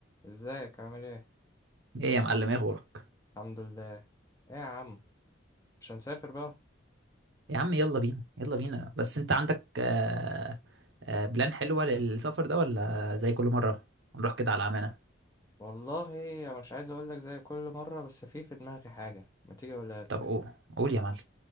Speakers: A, on the left; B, on the right.
A: ازيك عامل ايه
B: ايه يا معلم ايه اخبارك
A: الحمد لله ايه يا عم مش هنسافر بقى
B: يا عم يلا بينا يلا بينا بس انت عندك آه آه بلان حلوة للسفر ده ولا زي كل مرة نروح كده على عمانة
A: والله انا مش عايز اقول لك زي كل مره بس في في دماغي حاجه ما تيجي اقولها لك
B: طب اوه قول يا معلم